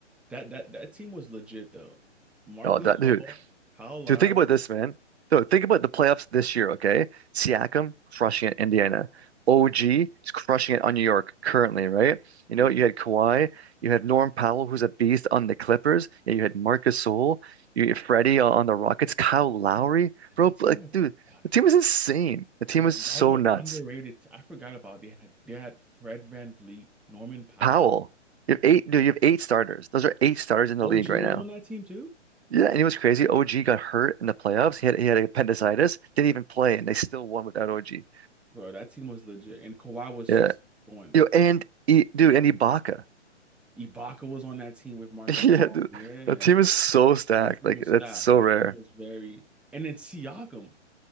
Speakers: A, in the centre; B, on the right.
A: that that that team was legit though. Marc
B: Oh,
A: Gasol,
B: that dude.
A: Kyle Lowry,
B: Dude, think about this, man. So think about the playoffs this year, okay? Siakam crushing it, Indiana. OG is crushing it on New York currently, right? You
A: yeah.
B: know, you had Kawhi, you had Norm Powell, who's a beast on the Clippers. Yeah, you had Marcus Sol, you had Freddie on, on the Rockets, Kyle Lowry,
A: Yo, that
B: bro.
A: team
B: Like,
A: was
B: dude,
A: stacked.
B: the team was insane. The team
A: That
B: was
A: that
B: so
A: was an
B: nuts.
A: underrated. t- I forgot about they had they had Fred VanVleet, Norman Powell.
B: Powell, you have eight, dude, you have eight starters. Those are eight starters in the
A: OG
B: league right
A: was
B: now.
A: on that team too,
B: Yeah, and he was crazy. OG got hurt in the playoffs. He had he had appendicitis, didn't even play, and they still won without OG.
A: bro. That team was legit, and Kawhi was
B: Yeah,
A: just going.
B: you know,
A: berserk.
B: and he, dude, and Ibaka. <laughs>
A: Ibaka was on that team with Marcus.
B: Yeah,
A: All.
B: dude,
A: Yeah,
B: the team is so stacked.
A: that team
B: Like
A: was
B: that's
A: stacked.
B: so
A: That
B: rare.
A: team was very. And then Siakam,